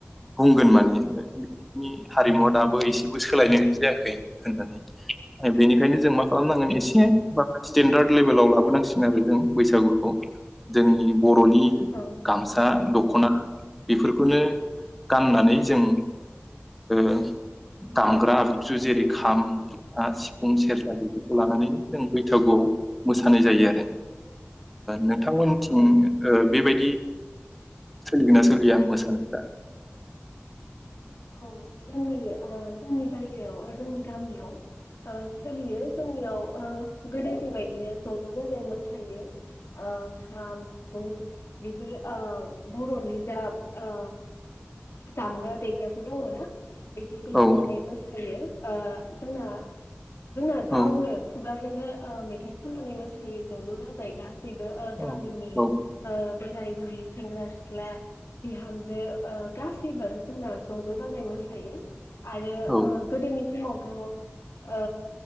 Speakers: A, in the centre; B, on the left.
A: बुंगोन माने बिनि हारिमुवा दाबो एसेबो सोलायनाय जायाखै होननानै बेनिखायनो जों मा खालामनांगोन इसे <unintelligible> स्टेेनडार्द लेभेलाव लाबोनांसिग आरो जों बैसागुखौ जोंनि बरनि
B: औ
A: सा दखना बेफोरखौनो गाननानै जों ओ दामग्रा आगजु जेरै खाम जथा सिफुं सेरजा बेफोरखौ लानानै जों बैसागुआव मोसानाय जायो आरो नोंथांमोनथिं
B: औ औ
A: ओ बेबायदि सोलिगोनना सोलिया मोसानायफ्रा
B: औ जोंनि ओ जोंनि जायगायाव जोंनि गामियाव ओ सोलियो जोंनियाव ओ गोदोनि बायदिनो ज ज जा जाय मोसायो ओ खाम सिफुं बेफोरो ओ बर'नि ओ दामग्रा देग्राफोर दङना बेफोरखौ लानानै
A: औ
B: मोसायो। ओ जोंहा जोङो गावनो
A: औ
B: खुगाजोंनो मेथाइ खननानै मोसा सायो ज' ज' जाजाय <unintelligible> गासैबो
A: औ
B: गामिनि ओ
A: औ
B: बोराय बुरि सेंग्रा सिख्ला बिहामजो ओ गासैबो जोंना ज' ज' जाजायै मोसायो आरो
A: औ
B: ओ गोदोनि समावथ' ओ